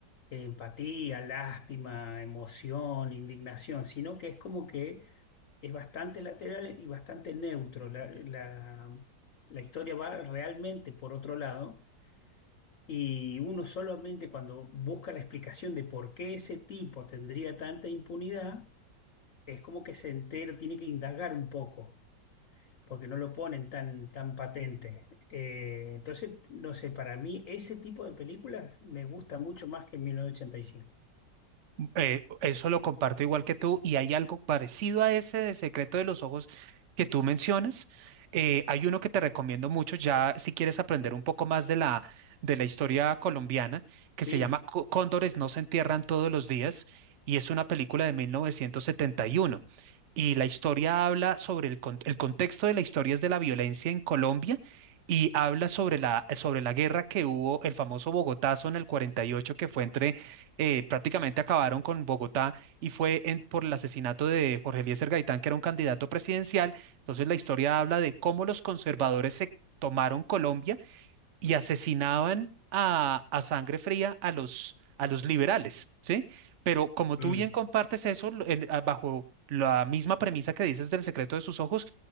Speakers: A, on the left; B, on the right.
A: empatía, lástima, emoción, indignación, sino que es como que es bastante lateral y bastante neutro. La, la- la historia va realmente por otro lado y uno solamente cuando busca la explicación de por qué ese tipo tendría tanta impunidad, es como que se entera, tiene que indagar un poco. porque no lo ponen tan, tan patente. Eh, entonces, no sé, para mí ese tipo de películas me gusta mucho más que mil novecientos ochenta y cinco
B: eh, eso lo comparto igual que tú y hay algo parecido a ese de Secreto de los Ojos que tú mencionas. Eh, hay uno que te recomiendo mucho ya si quieres aprender un poco más de la, de la historia colombiana que
A: Sí.
B: se llama Có- Cóndores no se entierran todos los días y es una película de 1971. Y uno. Y la historia habla sobre el, con- el contexto de la historia es de la violencia en Colombia y habla sobre la, sobre la guerra que hubo, el famoso Bogotazo en el 48 que fue entre eh, prácticamente acabaron con Bogotá y fue en- por el asesinato de Jorge Eliezer Gaitán, que era un candidato presidencial. Entonces la historia habla de cómo los conservadores se tomaron Colombia y asesinaban a, a sangre fría a los, a los liberales, ¿sí? Pero como tú
A: Mm.
B: bien compartes eso lo- en- ah, bajo la misma premisa que dices del secreto de sus ojos,